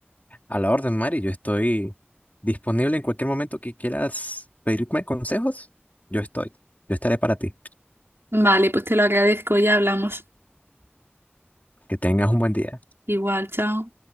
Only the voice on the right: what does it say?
Vale, pues te lo agradezco, ya hablamos.
Igual, chao.